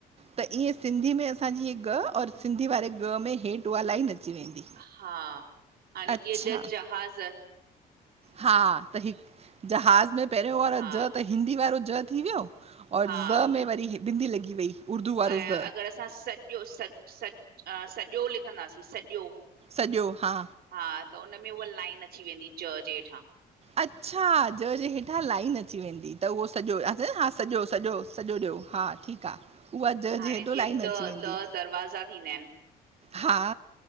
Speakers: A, on the right; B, on the right.
A: त, ईंएं सिंधी में असांजी हे ग और सिंधी वारे ॻ में हेठ उहा लाइन अची वेंदी।
B: हा, हाणे
A: अच्छा।
B: जीअं ज जहाज़
A: हा, त हिक जहाज़ में पहरयों वारो
B: हा
A: ज त हिंदी वारो ज थी व्यो और
B: हा
A: ज़ में वरी बिंदी लॻी वई। उर्दू वारो
B: ऐं,
A: ज़
B: अगर असां सॼो स सॼो लिखंदासीं सॼो
A: सॼो हा!
B: हा, त उन में उहा लाइन अची वेंदी ज जे हेठां।
A: अच्छा, ज जे हेठां लाइन अची वेंदी, त उहो सॼो सॼो सॼो सॼो ॾयो, हा ठीक आ। उहा ज
B: हाणे
A: जे हेॾो
B: जीअं
A: लाइन
B: त,
A: अची वेंदी
B: त दरवाज़ा थींदा एन।
A: हा